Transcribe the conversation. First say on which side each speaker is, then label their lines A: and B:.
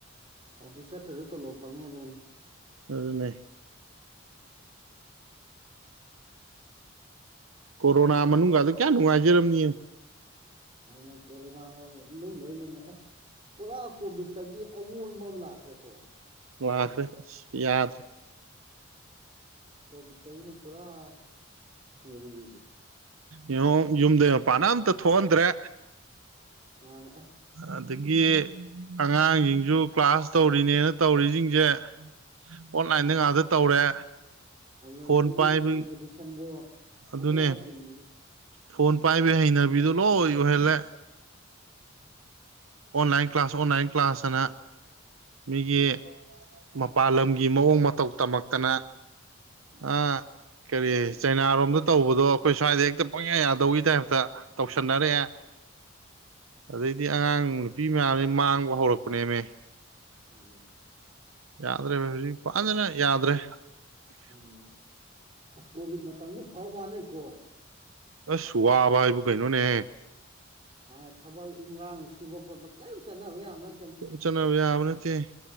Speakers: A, on the right; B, on the right.
A: ꯑꯣꯐꯤꯁ ꯆꯠꯇ꯭ꯔꯁꯨ ꯇꯣꯂꯣꯞ ꯐꯪꯅꯤ ꯑꯗꯨꯒꯅ
B: ꯑꯗꯨꯅꯦ ꯀꯣꯔꯣꯅꯥ ꯃꯅꯨꯒꯥꯗꯨ ꯀꯌꯥ ꯅꯨꯡꯉꯥꯏꯖꯔꯝꯅꯤ ꯌꯦꯡꯉꯨ
A: ꯉꯍꯥꯟꯃꯨꯛ ꯀꯣꯔꯣꯅꯥ ꯃ ꯃꯅꯨꯡꯗꯩꯅꯤꯅꯦ ꯑꯁ ꯄꯨꯔꯥ ꯀꯣꯚꯤꯠꯇꯒꯤ ꯑꯋꯣꯟꯕ ꯑꯃ ꯂꯥꯛꯈ꯭ꯔꯦꯀꯣ
B: ꯂꯥꯛꯈ꯭ꯔꯦ ꯑꯁ ꯌꯥꯗ꯭ꯔꯦ
A: ꯀꯣꯚꯤꯠꯇꯒꯤꯅ ꯄꯨꯔꯥ ꯃꯄꯨ ꯑꯣꯟꯒ꯭ꯔꯤꯖꯦ
B: ꯌꯦꯡꯉꯨ ꯌꯨꯝꯗꯩ ꯃꯄꯥꯟ ꯑꯝ ꯊꯣꯛꯍꯟꯗ꯭ꯔꯦ
A: ꯃꯥꯅ ꯑꯁ
B: ꯑꯗꯒꯤ ꯑꯉꯥꯡꯁꯤꯡ ꯁꯨ ꯀ꯭ꯂꯥꯁ ꯇꯧꯔꯤꯅꯦꯅ ꯇꯧꯔꯤꯁꯤꯡꯁꯦ ꯑꯣꯟꯂꯥꯏꯟꯗ ꯉꯥꯛꯇ ꯇꯧꯔꯦ
A: ꯑꯗꯨꯩꯗꯤ
B: ꯐꯣꯟ ꯄꯥꯏꯕꯒꯤ
A: ꯐꯣꯟ ꯑꯦꯗꯤꯛꯁꯟꯗꯣ
B: ꯑꯗꯨꯅꯦ
A: ꯑꯗ ꯌꯥꯝ ꯍꯧꯒꯅꯤꯅꯦ
B: ꯐꯣꯟ ꯄꯥꯏꯕ ꯍꯩꯅꯕꯤꯗꯨꯣ ꯂꯣꯏ ꯌ ꯑꯣꯏꯍꯜꯂꯦ ꯑꯣꯟꯂꯥꯏꯟ ꯀ꯭ꯂꯥꯁ ꯑꯣꯟꯂꯥꯏꯟ ꯀ꯭ꯂꯥꯁꯅ ꯃꯤꯒꯤ ꯃꯄꯥꯜ ꯂꯝꯒꯤ ꯃꯑꯣꯡ ꯃꯇꯧ ꯇꯝꯃꯛꯇꯅ
A: ꯎꯝ
B: ꯑ ꯀꯔꯤ ꯆꯩꯅꯥꯔꯣꯝꯗ ꯇꯧꯕꯗꯣ ꯑꯩꯈꯣꯏ ꯁ꯭ꯋꯥꯏꯗ ꯍꯦꯛꯇ ꯄꯪꯌꯥ ꯌꯥꯗꯧꯒꯤ ꯇꯥꯏꯞꯇ ꯇꯧꯁꯟꯅꯔꯦ ꯑꯗꯩꯗꯤ ꯑꯉꯥꯡ ꯅꯨꯄꯤ ꯃꯌꯥꯝꯁꯦ ꯃꯥꯡꯕ ꯍꯧꯔꯛꯄꯅꯦꯃꯦ
A: ꯎꯝꯝ
B: ꯌꯥꯗ꯭ꯔꯦ ꯍꯧꯖꯤꯗꯅ ꯌꯥꯗ꯭ꯔꯦ
A: ꯎꯝ ꯑꯁ ꯀꯣꯚꯤꯠ ꯃꯇꯝꯁꯨ ꯐꯕ ꯋꯥꯅꯩꯀꯣ
B: ꯑꯁ ꯋꯥꯕ ꯍꯥꯏꯕꯨ ꯀꯩꯅꯣꯅꯦ
A: ꯃꯥ ꯊꯕꯛ ꯏꯪꯈꯥꯡ ꯁꯨꯕ ꯈꯣꯠꯄ ꯀꯔꯤꯝ ꯆꯠꯅꯕ ꯌꯥ ꯌꯥꯝꯕꯅ
B: ꯆꯠꯅꯕ ꯌꯥꯕ ꯅꯠꯇꯦ